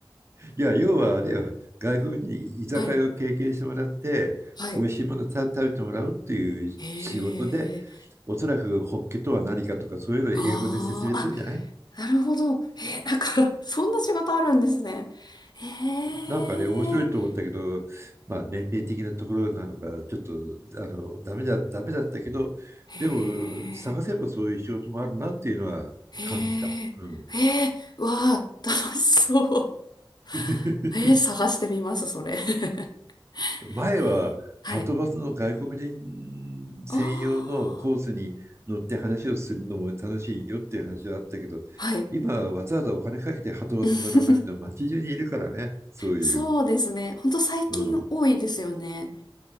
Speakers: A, on the right (about 30°); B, on the left (about 50°).
A: いや、要はあれよ、外国人に居酒屋を経験してもらって、
B: <laughs> はい、はい。
A: 美味しいものた食べてもらうっていう仕事で、
B: へえ、
A: おそらくホッケとは何かとか、そういうのを英語で説明するんじゃない
B: ああ、あ、なるほど。へえ、なんか、<laughs> そんな仕事あるんですね。へえ、
A: なんかね、面白いと思ったけど、まあ年齢的なところなのか、ちょっと、あの、ダメだ、ダメだったけど、
B: へえ。
A: でも、探せばそういう仕事もあるなっていうのは感じた。
B: へえ、
A: うん。
B: へえ、わあ、楽しそう。
A: <laughs>
B: <laughs> へえー、探してみます、それ。<laughs> へ
A: 前は、
B: え、はい。
A: はとバスの外国人専用のコースに乗って話をするのも楽しいよっていう話はあったけど、
B: ああ、はい。
A: 今、わざわざお金かけてはとバス乗らなくても街中にいるからね、
B: <laughs>
A: そういう。
B: そうですね。ほんと最近多いですよね。
A: うん。